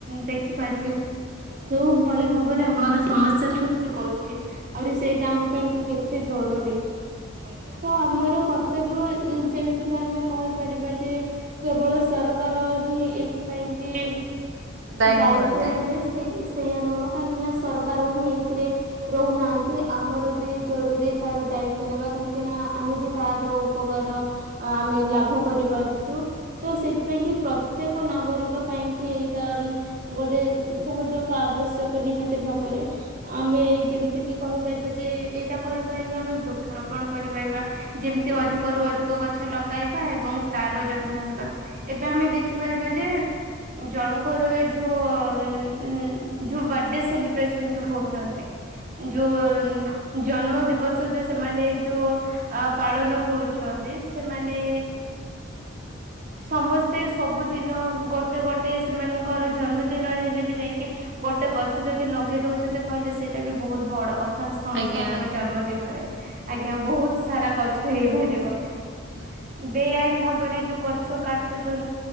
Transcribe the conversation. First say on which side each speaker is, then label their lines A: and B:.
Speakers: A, on the right; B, on the right.
A: ଦେଖି ପାରିବେ। ସବୁ ଭଳି ଭାବରେ ଆମର ସମସ୍ୟା ସୃଷ୍ଟି କରୁଛି ଆହୁରି ସେଇଟା ଆମ ପାଇଁ କି କେତେ ଜରୁରୀ
B: ଆଜ୍ଞା।
A: ତ ଆମର କର୍ତ୍ତବ୍ୟ ଯେମିତିକ ଆମେ କହିପାରିବା ଯେ କେବଳ ସରକାର ହିଁ ଏଇଥିପାଇଁ କି
B: ଦାୟୀ
A: ଦାୟି।
B: ନୁହନ୍ତି।
A: ନେବେ ସେଇ ସେଇଆା ନୁହଁ କାହିଁକି ନା ସରକାର ହିଁ ଏଥିରେ ରହୁନାହାନ୍ତି ଆମର ବି ଜରୁରୀ ତାର ଦାୟିତ୍ଵ ନେବା କାହିଁକି ନା ଆମ ବି ତାର ଉପକାର ଆମେ ଲାଭ କରିପାରୁଛୁ ତ ସେଥିପାଇଁ କି ପ୍ରତ ପ୍ରତ୍ୟକ ନାଗରିକ ପାଇଁ କି ଏଇଟା ଗୋଟେ ସହଯୋଗ ଆବଶ୍ୟକ ନିହାତି ଭାବରେ। ଆମେ ଯେମିତି କି କହିପାରିବା ଯେ ଏଇଟା କରିପାରିବା ଆମେ ବୃକ୍ଷରୋପଣ କରିପାରିବା। ଯେମିତି ଅଧିକରୁୁ ଅଧିକ ଗଛ ଲଗାଇବା ଏବଂ ତାର ଯତ୍ନ ନେବା ଏବେ ଆମେ ଦେଖିପାର ବା ଯେ ଜଣଙ୍କର ଯୋଉ ବାଡେ ସେଲିବ୍ରେସନ ଯୋଉ କରୁଛନ୍ତି ଯୋଉ ଜନ୍ମ ଦିବସ ଯୋଉ ସେମାନେ ଯୋଉ ଅ ପାଳନ କରୁଛନ୍ତି ସେମାନେ ସମସ୍ତେ ସବୁ ଦିନ ଗୋଟେ-ଗୋଟେ ସେମାନଙ୍କର ଜନ୍ମ ଦିନରେ ହେଲେ ବି ଯାଇକି ଗୋଟେ ଗଛ ଯଦି ଲଗେଇ ଦଉଛନ୍ତି କହିଲେ ସେଇଟା ବି ବହୁତ ବଡ କଥା ସମସ୍ତଙ୍କର
B: ଆଜ୍ଞା ଆଜ୍ଞା।
A: ଜନ୍ମଦିନରେ ଆଜ୍ଞା ବହୁତ ସାରା ଗଛ ହେଇପାରିବ
B: ନା।
A: ବେଆଇନ ଭାବରେ ଯୋଉ ଗଛ କାଟୁଛନ୍ତି